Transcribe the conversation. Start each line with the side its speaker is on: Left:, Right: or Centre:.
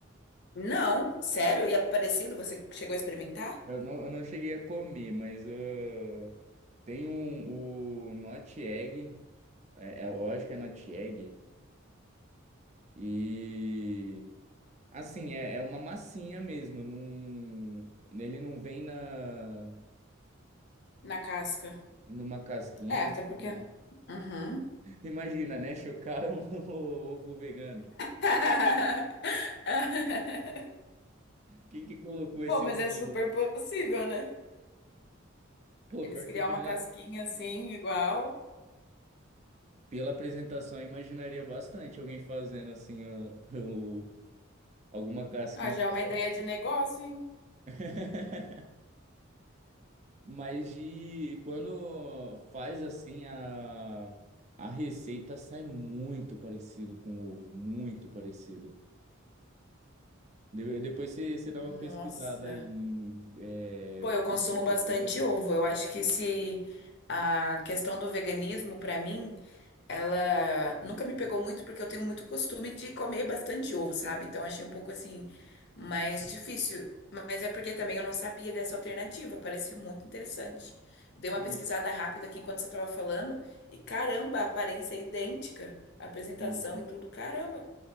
Left: Não, sério? E é parecido? Você chegou a experimentar?
Right: Eu não, eu não cheguei a comer, mas ah, tem um, o Not Egg, é, é- eu acho que é Not Egg, e assim, é, é uma massinha mesmo, não, ele não vem na,
Left: Na casca.
Right: numa casquinha.
Left: É, até
Right: e tudo
Left: porque.
Right: mais.
Left: Uhum.
Right: <laughs> Imagina, né? Chocaram <laughs> o ovo vegano.
Left: <laughs>
Right: Quem que colocou esse
Left: Pô, mas
Right: ovo
Left: é
Right: vegano?
Left: super possível, né?
Right: Pô,
Left: Eles
Right: pior
Left: criar
Right: que pela,
Left: uma casquinha assim, igual.
Right: pela apresentação eu imaginaria bastante alguém fazendo assim ah, <laughs> o- alguma casquinha
Left: Ah, já
Right: só
Left: é uma
Right: pra...
Left: ideia de negócio, hein?
Right: <laughs> Mas de quando faz assim a, a receita sai muito parecido com ovo, muito parecido. De- depois você você dá
Left: Nossa.
Right: uma pesquisada em é,
Left: Pô, eu consumo
Right: ovo vegano.
Left: bastante ovo. Eu acho que se a questão do veganismo, pra mim, Ela nunca me pegou muito porque eu tenho muito costume de comer bastante ovo, sabe? Então achei um pouco assim mais difícil. Mas é porque também eu não sabia dessa alternativa, parece muito interessante. Dei uma
Right: Ah,
Left: pesquisada rápida aqui enquanto você estava falando e caramba, a aparência é idêntica, a apresentação
Right: sim,
Left: e tudo, caramba.